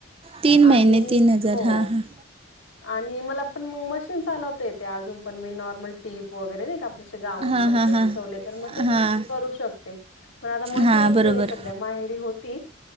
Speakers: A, on the right; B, on the left.
A: तीन महिने
B: आणि
A: तीन हजार
B: हो
A: हां हां
B: आणि मला पण मग मशीन चालवता येते अजून पण मी नॉर्मल टीप वगैरे नाही का आप ले असे गाऊन
A: हां
B: कपडे
A: हां
B: उसवले
A: हां
B: तर म ते
A: हां
B: करू शक ते, पण आता मशीनच
A: हां बरोबर
B: नाहीये सध्या माहेरी होती